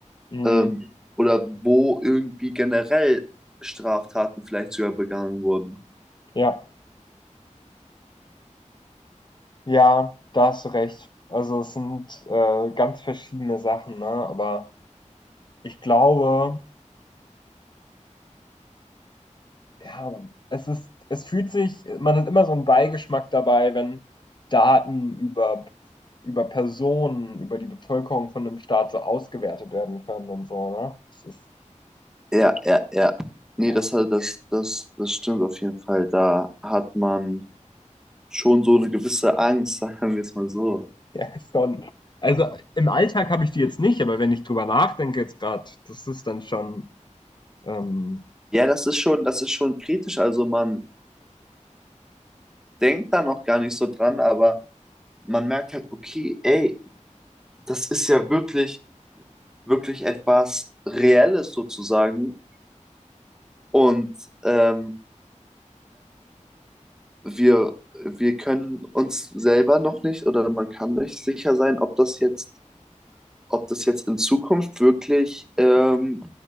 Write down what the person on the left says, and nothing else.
mhm.
ja, ja, da hast du recht. Also es sind äh, ganz verschiedene Sachen, ne? Aber ich glaube, Ja, es ist es fühlt sich man hat immer so einen Beigeschmack dabei, wenn Daten über über Personen, über die Bevölkerung von einem Staat so ausgewertet werden können und so, ne? Das ist
ah,
<laughs> ja, ist schon. Also, im Alltag habe ich die jetzt nicht, aber wenn ich drüber nachdenke jetzt gerade das ist dann schon, ähm,